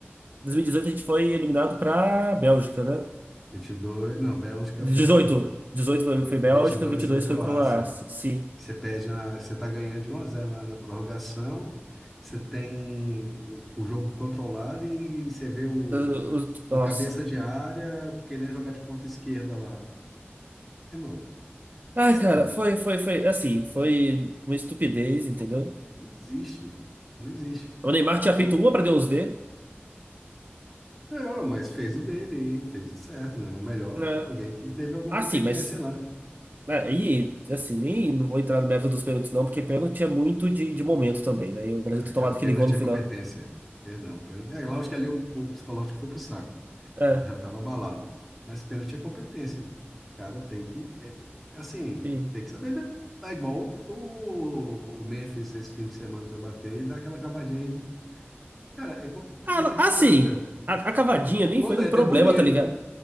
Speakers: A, on the right; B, in the centre.
A: 2018 a gente foi eliminado para Bélgica, né?
B: 22 não, Bélgica
A: 18.
B: foi em 18.
A: 18
B: Eh,
A: foi, foi Bélgica,
B: vinte e dois
A: 22
B: foi Croácia.
A: foi Croácia. Sim.
B: que Você perde na, você tá ganhando de um a zero na, na prorrogação. Você tem o, o jogo controlado e você vê o,
A: Uh, uh, nossa.
B: o cabeça de área querendo jogar de ponta esquerda lá. Irmão,
A: Ai,
B: sério,
A: cara, foi, foi, foi, assim, foi uma estupidez, entendeu?
B: não existe. Não existe.
A: O Neymar tinha feito
B: Ou,
A: uma pra Deus ver,
B: Não, mas fez o dele e fez o certo, né? O melhor,
A: né?
B: alguém que teve alguma
A: Ah,
B: competência
A: sim, mas
B: lá.
A: aí, assim, nem não vou entrar no mérito dos pênaltis não, porque pênalti é muito de, de momento também, né? E o Brasil
B: Ah,
A: ter tomado
B: cara, pênalti
A: aquele gol no
B: é
A: final.
B: competência. Perdão. pênalti- É, lógico que ali o, o psicológico foi pro saco.
A: É,
B: Tava- Já estava abalado. Mas pênalti é competência. O cara tem que, é, é assim,
A: sim.
B: tem que saber. mesmo. É igual o, o Memphis esse fim de semana foi bater e dar aquela cavadinha de. Cara, é competência,
A: Ah,
B: não
A: não-
B: adianta.
A: ah, sim. A, a cavadinha nem
B: Quando
A: foi um
B: é, é
A: problema,
B: até bonito.
A: tá ligado?